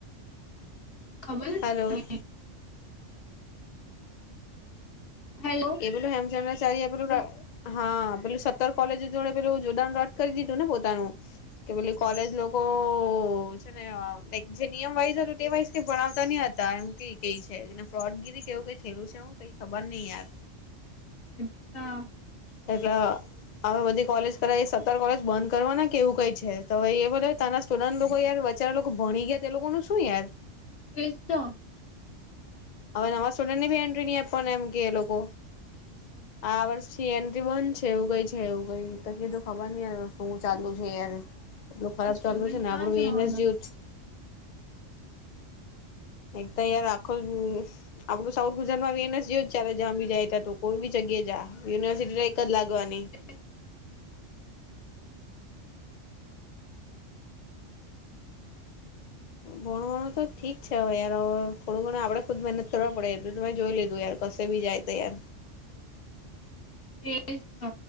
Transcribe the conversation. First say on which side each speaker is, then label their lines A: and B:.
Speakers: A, on the left; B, on the left.
A: ખબર નથી
B: હલો
A: હેલો
B: એમ બોલુ હેમચંદ્રાચાર્ય એ પેલુ હા પેલું સત્તર કોલેજો જોડે પેલું જોડાણ રદ કરી દીધું ને પોતાનું- કે પેલી કોલેજ લોકો છે ને જે નિયમ વાઈઝ હતુ તે વાઈઝ કઈ ભણાવતા ની હતા એમ ક કઈ છેને ફ્રોડગીરી કેવું કઈ થયું છે હું કઈ ખબર નહી યાર
A: અચ્છા
B: એ <unintelligible> હવે બધી કોલેજ કરાય સતર કોલેજ બંધ કરવા ના કે એવું કઈ છે તો હવે એ બધા તાના થોડા લોકો યાર બીચારા લોકો ભણી ગયા તે લોકોનું શું યાર
A: એ જ તો.
B: હવે નવા સોલર ની બી એન્ટ્રી નહી આપવાને એમ કે એ લોકો
A: <inaudible>
B: આ વર્ષથી એન્ટ્રી બંધ છે એવું કઈ છે એવું કઈ કીધું ખબર નઈ યાર વસ્તુું ચાલુ છે યાર- એટલું ખરાબ
A: સ્ટુડન્ટ
B: ચાલ્યું છે ને
A: ક્યાં
B: આપણું
A: જવાના
B: વીનેસ જેવુંજ - એકતો યાર આખો આપડું સાઉથ ગુજરાત માં વિનેસ જેવુંજ ચાલે જ્યાં બી જાય ત તો કોઈ જગ્યાએ જ યુનિવર્સિટી જ લાગવાની <unintelligible>
A: અચછ <unintelligible> <unintelligible>
B: ભણવાણું તો ઠીક છે હવે યાર થોડું ઘણું આપડે ખુદ મહેનત કરવા પડે એતો મે જોઈ લીધું યાર કસે બી જાય તો યાર
A: એજ તો